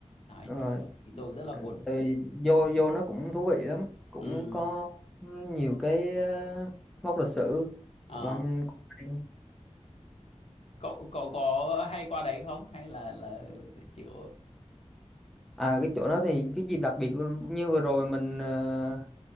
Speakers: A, on the left; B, in the centre.
A: đấy
B: đúng rồi
A: thì, thì tôi rất là muốn
B: ừ, vô vô nó cũng thú vị lắm cũng
A: ừ
B: có nhiều cái ờ, mốc lịch sử
A: ờ.
B: quan hay.
A: cậu cậu có hay qua đấy không hay là là chịu
B: à cái chỗ đó thì cái dịp đặc biệt như vừa rồi mình ờ,